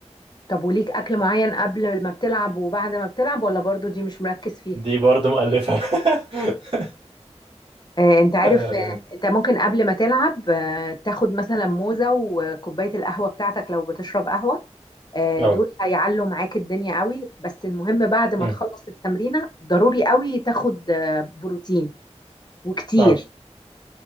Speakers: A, on the left; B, on the right.
A: طب وليك اكل معين قبل ما بتلعب وبعد ما بتلعب ولا برضو دي مش مركز فيها
B: دي برضه مؤلفة <laughs>
A: آه انت عارف
B: اه
A: آه انت ممكن قبل ما تلعب آه تاخد مثلا موزة وكوباية القهوة بتاعتك لو بتشرب قهوة آه
B: اه
A: دول هيعلوا معاك الدنيا قوي بس المهم بعد ما
B: مم.
A: تخلص التمرينة ضروري قوي تاخد آه بروتين وكتير
B: آه.